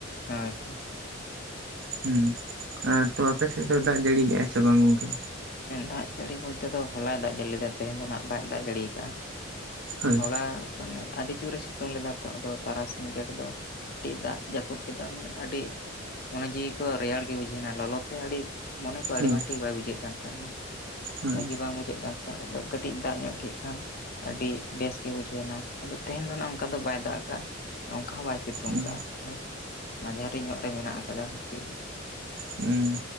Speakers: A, on the left (about 45°); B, on the right (about 65°).
A: ᱦᱮᱸ ᱦᱮᱸ
B: ᱦᱩᱸ ᱟᱨ ᱛᱚ ᱟᱯᱮ ᱥᱮᱫ ᱫᱚ ᱫᱟᱜ ᱡᱟᱹᱲᱤ ᱞᱮᱜ-ᱟ ᱥᱮ ᱵᱟᱝ ᱜᱚᱝᱠᱮ?
A: ᱫᱟᱜ ᱡᱟᱹᱲᱤ ᱵᱚᱞᱛᱮ ᱫᱚ ᱦᱚᱞᱟᱭ ᱫᱟᱜ ᱡᱟᱹᱲᱤ ᱞᱮᱫᱟ ᱛᱮᱦᱮᱧ ᱫᱚ ᱦᱟᱸᱜ ᱵᱟᱭ ᱫᱟᱜ ᱡᱟᱹᱲᱤᱭ ᱟᱠᱟᱫ-ᱟ᱾
B: ᱦᱳᱭ
A: ᱛᱷᱚᱲᱟ ᱢᱟᱱᱮ ᱟᱹᱰᱤ ᱡᱩᱨᱮ ᱮ ᱥᱤᱛᱩᱝ ᱞᱮᱫᱟ ᱛᱚ ᱟᱫᱚ ᱛᱟᱨᱟᱥᱤᱧ ᱵᱮᱲᱟ ᱫᱚ ᱟᱹᱰᱤ ᱫᱟᱜ ᱡᱟᱹᱯᱩᱫ ᱠᱮᱫᱟ ᱢᱟᱱᱮ ᱟᱹᱰᱤ ᱢᱚᱱᱮ ᱡᱤᱣᱤ ᱠᱚ ᱨᱮᱭᱟᱲ ᱜᱮ ᱵᱩᱡᱷᱟᱹᱣ ᱮᱱᱟ ᱞᱚᱞᱚ ᱛᱮ ᱟᱹᱰᱤ ᱢᱚᱱᱮ ᱠᱚ ᱟᱹᱰᱤᱵᱟᱝ
B: ᱦᱳᱭ
A: ᱴᱷᱤᱠ ᱵᱟᱭ ᱵᱩᱡᱷᱟᱹᱜ ᱠᱟᱱ ᱛᱟᱦᱮᱸᱱᱟ,
B: ᱦᱳᱭ
A: ᱵᱷᱟᱹᱜᱤ ᱵᱟᱝ ᱵᱩᱡᱷ ᱡᱷᱟᱹᱜ ᱠᱟᱱ ᱛᱟᱦᱮᱱ ᱟᱫᱚ ᱠᱟᱹᱴᱤᱡ ᱫᱟᱜ ᱧᱚᱜ ᱠᱮᱫ ᱠᱷᱟᱱ ᱟᱹᱰᱤ ᱵᱮᱥᱜᱮ ᱵᱩᱡᱷᱟᱹᱣᱱᱟ ᱟᱫᱚ ᱛᱮᱦᱮᱧ ᱫᱚ ᱱᱟᱸᱜ ᱚᱱᱠᱟ ᱫᱚ ᱵᱟᱭ ᱫᱟᱜ ᱠᱟᱜ-ᱟ᱾ ᱚᱱᱠᱟ ᱦᱚᱸ ᱵᱟᱭ ᱥᱤᱛᱩᱝ
B: ᱦᱩᱸ
A: ᱟᱠᱟᱫ-ᱟ ᱡᱟᱭᱦᱳᱠ ᱢᱟᱡᱷᱟᱹᱨᱤ ᱧᱚᱜ ᱨᱮ ᱢᱮᱱᱟᱜ ᱠᱟᱫᱟ ᱟᱨᱠᱤ᱾
B: ᱦᱩᱸ